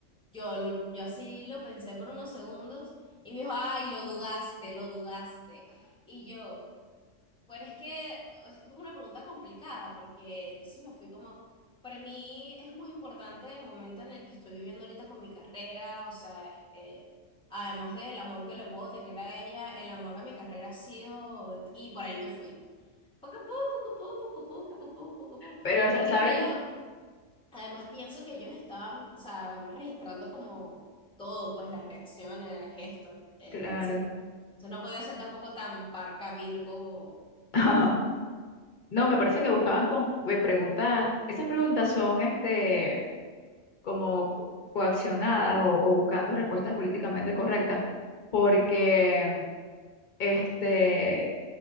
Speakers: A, in the centre; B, on the left.
A: Yo, lo- yo así lo pensé por unos segundos y me dijo, ay, lo dudaste, lo dudaste. Y yo, pero es que es como una pregunta complicada porque entonces me fui como, para mí es muy importante el momento en el que estoy viviendo ahorita con mi carrera, o sea, eh, además del amor que le puedo tener a ella, el amor a mi carrera ha sido, y por ahí me fui. Poco a poco, poco a poco, poco a poco, poco a poco, poco a poco.
B: Pero, sa-
A: Porque
B: ¿sabes?
A: es que yo Además, pienso que ellos estaban, o sea, además registrando como todo, pues las reacciones, gestos, eh,
B: Claro.
A: etcétera. Entonces no podía ser tampoco tan parca Virgo.
B: <laughs> No, me parece que buscaban como, eh, preguntas, esas preguntas son este, como co- coaccionadas o, o buscando respuestas políticamente correctas, porque este,